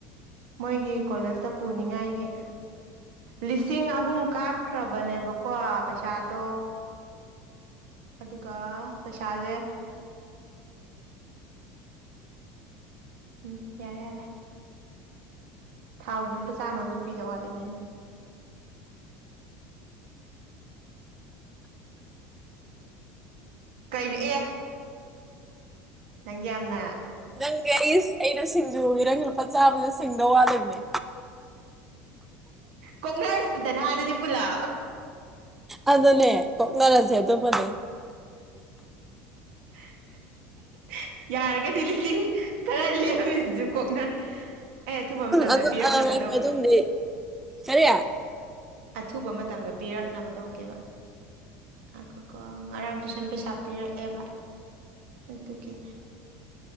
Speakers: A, on the right; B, in the centre.
A: ꯃꯣꯏꯒꯤ ꯀꯣꯂꯦꯖꯇ ꯄꯨꯅꯤꯡꯉꯥꯏꯒꯤ ꯂꯤꯁꯤꯡ ꯑꯍꯨꯝ ꯀꯥꯞꯈ꯭ꯔꯕꯅꯦꯕꯀꯣ ꯄꯩꯁꯥꯗꯣ ꯑꯗꯨꯒ ꯄꯩꯁꯥꯁꯦ ꯎꯝ ꯌꯥꯔꯦ ꯌꯥꯔꯦ ꯊꯥꯎꯒꯤꯜꯄ ꯆꯥꯝꯃꯝꯁꯨ ꯄꯤꯗ ꯋꯥꯠꯂꯦꯅꯦ ꯑꯩꯅ ꯀꯩꯅꯣ ꯑꯦ ꯅꯪꯌꯥꯝꯅ
B: ꯅꯪꯒꯤ ꯑꯩ ꯑꯩꯅ ꯁꯤꯡꯖꯨꯒꯤꯦ ꯅꯪꯒꯤ ꯂꯨꯄꯥ ꯆꯥꯕꯗ ꯁꯤꯡꯗꯧ ꯋꯥꯗꯕꯅꯦ
A: ꯀꯣꯡꯅꯔꯁꯤꯗꯅ ꯑꯗꯨꯗꯤ ꯄꯨꯂꯥ
B: ꯑꯗꯨꯅꯦ ꯀꯣꯛꯅꯔꯁꯦ ꯑꯗꯨꯃꯅꯦ
A: <inaudible> ꯌꯥꯔꯒꯗꯤ ꯂꯤꯁꯤꯡ ꯇꯔꯥ ꯂꯦꯝꯃꯤꯁꯤꯁꯨ ꯀꯣꯛꯅ ꯑꯦ ꯑꯊꯨꯕ ꯃꯇꯝꯗ
B: ꯑꯗꯨ
A: ꯄꯤꯔꯛꯅꯕ
B: ꯉꯥꯏꯈꯣ
A: ꯇꯧꯒꯦ
B: ꯑꯗꯨꯝꯗꯤ ꯀꯔꯤ
A: ꯑꯊꯨꯕ ꯃꯇꯝꯗ ꯄꯤꯔꯛꯅꯕ ꯇꯧꯒꯦꯕ ꯣ ꯀꯣ ꯉꯔꯥꯡ ꯇꯨꯏꯁꯟ ꯄꯩꯁꯥ ꯄꯤꯔꯛꯑꯦꯕ ꯑꯗꯨ ꯇꯒꯤ